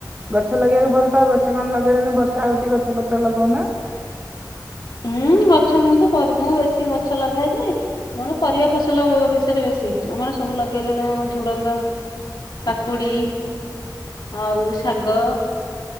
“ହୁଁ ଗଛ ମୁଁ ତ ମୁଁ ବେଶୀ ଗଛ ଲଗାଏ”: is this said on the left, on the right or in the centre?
Left